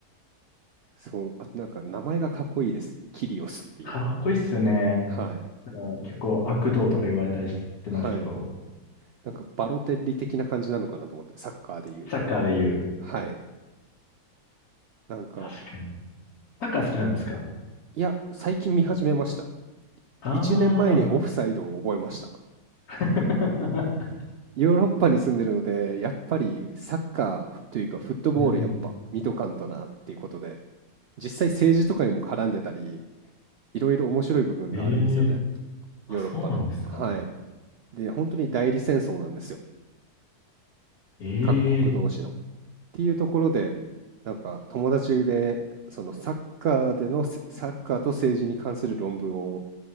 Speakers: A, on the right; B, on the left.
A: そう、あとなんか名前がかっこいいです。キリオスっていう。
B: かっこいいっすよね。
A: はい。
B: なんか結構悪道とか言われたりししてますけど、
A: はい。なんかバロテッリ的な感じなのかなと思って、サッカーでいう。
B: サッカーで言う。
A: はい。なんか、
B: 確かに。サッカー好きなんですか
A: いや、最近見始めました。
B: ああ
A: 1年前にオフサイドを覚えました。
B: ー。<laughs>
A: ヨーロッパに住んでるので、やっぱりサッカーというかフットボールやっぱ見とかんとなっていうことで、
B: うん。
A: 実際政治とかにも絡んでたり、いろいろ面白い部分があるんですよね。
B: ええあ、
A: ヨーロッパの。
B: そうなんですか。
A: はい。で、本当に代理戦争なんですよ。
B: ええ
A: 各国同士の。っていうところで、なんか友達で、そのサッカーでのせ、サッカーと政治に関する論文を